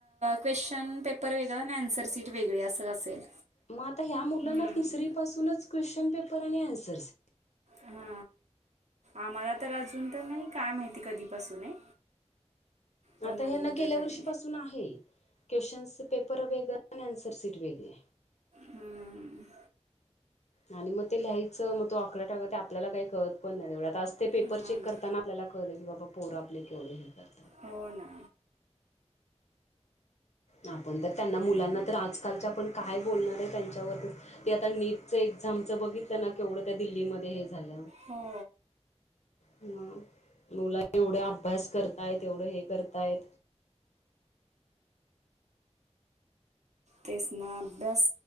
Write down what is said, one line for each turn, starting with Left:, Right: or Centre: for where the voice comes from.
Right: क्वेशन पेपर वेगळा आणि आन्सर सीट वेगळी असं असेल
Left: मग आता ह्या मुलांना
Right: हम्म
Left: तिसरीपासूनच क्वेश्चन पेपर आणि आन्सर्स
Right: हा आम्हाला तर अजून तर नाही काय माहिती कधीपासून आहे पण
Left: आता हे
Right: अजून
Left: ना गेल्या
Right: तर नाही
Left: वर्षी पाासून आहे क्वेश्चन्स पेपर वेगळं आणि आन्सर शीट वेगळी
Right: हम्म
Left: आणि मग ते लिहायचं मग तो आकडा टाका आपल्याला काही कळत पण नाही तेवढं आज ते पेपर
Right: हां
Left: चेक
Right: ना
Left: करताना आपल्याला कळलं की बाबा पोरं आपले केवढे हे लिहितात.
Right: हो ना
Left: आपण तर त्यांना मुलांना तर आजकालच्या आपण काय बोलणार आहे त्यांच्यावरती. ते आता नीटच्या एक्झामचं बघितलं ना केवढं त्या दिल्लीमध्ये हे. झाल.
Right: हो
Left: हा मुलां. ऐवढा अभ्यास करतायत एवढं हे करतायत.
Right: तेच ना अभ्यास